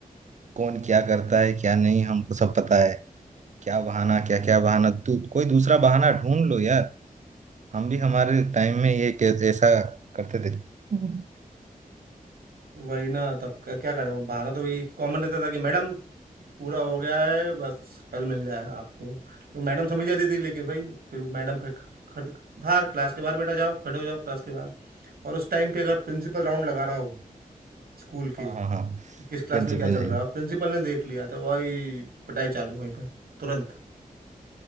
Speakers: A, on the right; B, on the right.
A: कौन क्या करता है क्या नहीं हमको सब पता है क्या बहाना क्या क्या बहाना तू कोई दूसरा बहाना ढूंढ लो यार हम भी हमारे टाइम में ये कैसे ऐसा करते थे हम्म।
B: तो वही ना तब का क्या करें वो बहाना तो वही कॉमन रहता था कि मैडम पूरा हो गया है बस कल मिल जाएगा आपको तो मैडम समझ जाती थी लेकिन भाई फिर मैडम खड़, खड़, बाहर क्लास के बाहर बेटा जाओ खड़े हो जाओ क्लास के बाहर और उस टाइम पे अगर प्रिंसिपल राउंड लगा रहा हो स्कूल के
A: हाँ हाँ
B: कि
A: हाँ
B: किस क्लास
A: प्रिंसिपल
B: में क्या चल
A: जी
B: रहा है और प्रिंसिपल ने देख लिया तो वही पिटाई चालू वहीं पे तुरंत